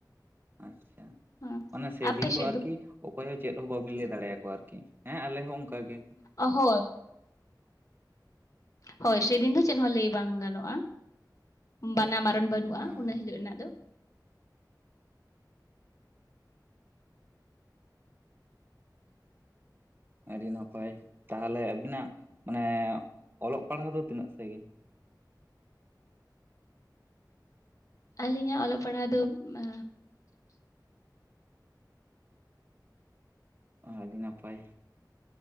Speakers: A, on the right; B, on the left.
A: ᱟᱪᱪᱷᱟ
B: ᱦᱮᱸ
A: ᱚᱱᱟ ᱥᱮ
B: ᱟᱯᱮ
A: ᱫᱤᱱ ᱫᱚ
B: ᱥᱮᱫ
A: ᱟᱨᱠᱤ ᱚᱠᱚᱭ ᱦᱚᱸ ᱪᱮᱫ ᱦᱚᱸ ᱵᱟᱵᱮᱱ ᱞᱟᱹᱭ ᱫᱟᱲᱮᱭᱟᱠᱚᱣᱟ ᱟᱨᱠᱤ ᱦᱮᱸ ᱟᱞᱮ ᱦᱚᱸ ᱚᱱᱠᱟᱜ ᱜᱮ
B: ᱦᱳᱭ ᱦᱳᱭ ᱥᱮᱫᱤᱱ ᱫᱚ ᱪᱮᱫ ᱦᱚᱸ ᱞᱟᱹᱭ ᱵᱟᱝ ᱜᱟᱱᱚᱜᱼᱟ ᱵᱟᱱᱟ ᱚᱱ ᱵᱟᱹᱱᱩᱜᱼᱟ
A: ᱦᱮᱸ
B: ᱚᱱᱟ ᱦᱤᱞᱳᱜ ᱨᱮᱱᱟᱜ ᱫᱚ
A: ᱟᱹᱰᱤ ᱱᱟᱯᱟᱭ ᱛᱟᱦᱚᱞᱮ ᱟᱹᱵᱤᱱᱟᱜ ᱢᱟᱱᱮ ᱚᱞᱚᱜ ᱯᱟᱲᱦᱟᱣ ᱫᱚ ᱛᱤᱱᱟᱹᱜ ᱥᱟᱺᱜᱤᱧ ᱜᱮ
B: ᱟᱹᱞᱤᱧᱟᱜ ᱚᱞᱚᱜ ᱯᱟᱲᱦᱟᱣ ᱫᱚ‌ ᱟ
A: ᱟᱹᱰᱤ ᱱᱟᱯᱟᱭ